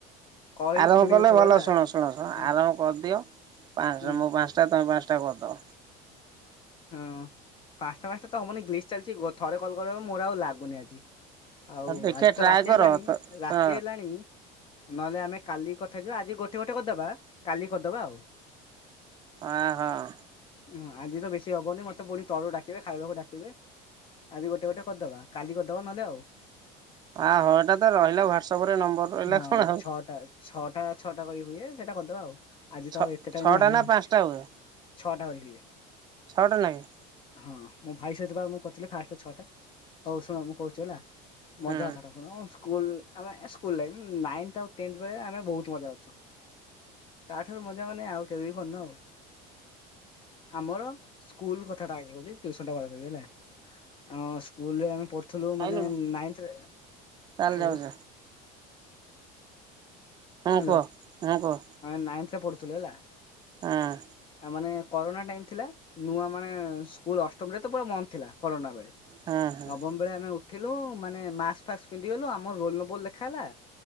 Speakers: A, on the left (about 30°); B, on the right (about 25°).
A: କହିବି
B: ଆରମ୍ଭ
A: ଶୁଣିଉଥିବ
B: କଲେ ଭଲ
A: ହେଲା
B: ଶୁଣ ଶୁଣ ଶୁଣ
A: ହୁଁ
B: ଆରମ୍ଭ କରିଦିଅ। ପାଞ୍ଚଟା
A: ହୁଁ
B: ମୁଁ ପାଞ୍ଚଟା ତମେ ପାଞ୍ଚ ଟା କରିଦବ।
A: ହଁ ପାଞ୍ଚଟା ପାଞ୍ଚଟା ତ ହବନି ଲିଷ୍ଟ ଚାଲିଛି। ଥରେ କଲ୍ କର ମୋର ଆଉ ଲାଗୁନି ଆଜି। ଆଉ
B: ହଉ ଦେଖିବା
A: ଆଜି
B: ଟ୍ରାଏ
A: ତ ରାତି
B: କର
A: ହେଲାଣି
B: ତ
A: ରାତି
B: ଶୁଣ।
A: ହେଲାଣି। ନହେଲେ ଆମେ କାଲି କଥାହେଇଯିବା ଆଜି ଗୋଟେ ଗୋଟେ କରିଦବା କାଲି କରିଦବା ଆଉ।
B: ଓ ଆଁ ହଁ।
A: ହୁଁ ଆଜି ତ ବେଶୀ ହବନି। ମତେ ପୁଣି ତଳୁ ଡାକିବେ ଖାଇବାକୁ ଡାକିବେ। ଆଜି ଗୋଟେ ଗୋଟେ କରିଦବା। କାଲି କରିଦବା ନହେଲେ ଆଉ।
B: <inaudible> ଏଟା ତ ରହିଲା ହ୍ୱାଟ୍ସଆପରେ ନମ୍ବର ରହିଲା
A: ହଁ
B: କଣ ଆଉ।
A: ଛଅଟା ଛଅଟା ଛଅଟା କରି ହୁଏ। ସେଇଟା କରିଦବା ଆଉ ଆଜି
B: ଛ
A: ତ ଏତେ
B: ଛଅଟା
A: ଟାଇମ ନାହିଁ
B: ନା ପାଞ୍ଚଟା ହୁଏ
A: ଛଅଟା ହୁଏ।
B: ଛଅଟା ନାହିଁ।
A: ହଁ ମୋ ଭାଇ ସହିତ ବା ମୁଁ କରିଥିଲି। ଫାଷ୍ଟ ଛଟା ହଉ ଶୁଣ ମୁଁ କହୁଛି ହେଲା।
B: ହୁଁ
A: ମଜା କଥା ଟା ଶୁଣ। ସ୍କୁଲ ଆମେ ସ୍କୁଲ ଲାଇଫ ନାଇନ୍ଥ ଟେନ୍ଥ ବେଳେ ଆମେ ବହୁତ ମଜା କରିଛୁ। ତାଠାରୁ ମଜା ମାନେ ଆଉ କେବେବି କରିନ ଆଉ। ଆମର ସ୍କୁଲ କ କଥା ଟା ଆଗେ <unintelligible> ସ୍କୁଲ ଆମେ ପଢୁ ଥିଲୁ
B: ଖାଇଲୁଣୁ
A: ମାନେ ନାଇଥ ରେ।
B: ଚାଲ
A: ହ୍ୟାଲୋ।
B: ଯାଉଚ ହଁ
A: ହ୍ୟାଲୋ
B: କୁହ। ହଁ କୁହ।
A: ଆମେ ନାଇନ୍ଥ ରେ ପଢୁଥିଲୁ ହେଲା।
B: ହଁ।
A: ଆ ମାନେ କରୋନା ଟାଇମ ଥିଲା। ନୂଆ ମାନେ ସ୍କୁଲ ଅଷ୍ଟମ ରେ ତ ପୁରା ବନ୍ଦ ଥିଲା। କରୋନା ବେଳେ।
B: ହଁ ହଁ
A: ନବମ ବେଳେ ଆମେ ଉଠିଲୁ। ମାନେ ମାସ୍ ଫାସ୍ ପିନ୍ଧି ଗଲୁ ଆମର ରୋଲ ନମ୍ୱର ଲେଖା ହେଲା।